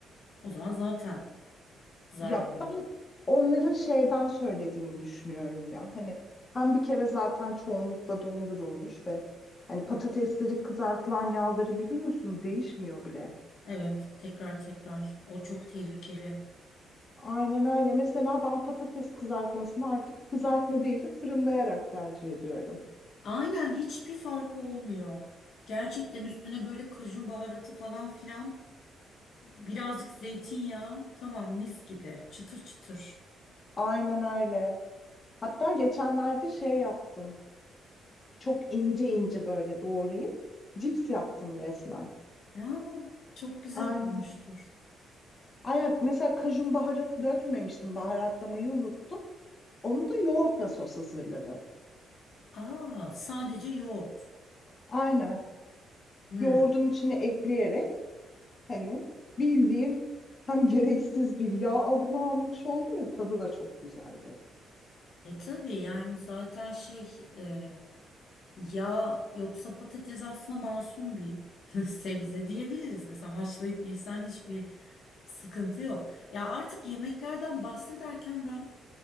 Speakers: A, on the left (about 65°); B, on the left (about 35°).
A: o zaman zaten zararlı.
B: Ya ben onların şeyden söylediğini düşünüyorum ya. Hani hem bir kere zaten çoğunlukla dondurulmuş ve hani patatesleri kızartılan yağları biliyorsun değişmiyor bile.
A: Evet, tekrar tekrar. O çok tehlikeli.
B: Aynen öyle. Mesela ben patates kızartmasını artık kızartma değil de fırınlayarak tercih ediyorum.
A: Aynen hiçbir farkı olmuyor. Gerçekten üstüne böyle kajun baharatı falan filan Birazcık zeytinyağı. Tamam mis gibi. Çıtır çıtır.
B: Aynen öyle. Hatta geçenlerde şey yaptım. Çok ince ince böyle doğrayıp cips yaptım resmen.
A: ya çok güzel
B: Aynen.
A: olmuştur.
B: Ayak mesela kajun baharatı dökmemiştim. Baharatlamayı unuttum. Onu da yoğurtla sos hazırladım.
A: Aa, sadece yoğurt.
B: Aynen.
A: Hmm.
B: Yoğurdun içine ekleyerek hani bildiğin hem gereksiz bir yağ alımı almamış oldum ve tadı da çok güzeldi.
A: E tabii yani zaten şey e, yağ yoksa patates aslında masum bir <laughs> sebze diyebiliriz. Mesela haşlayıp yesen hiçbir sıkıntı yok. Ya artık yemeklerden bahsederken ben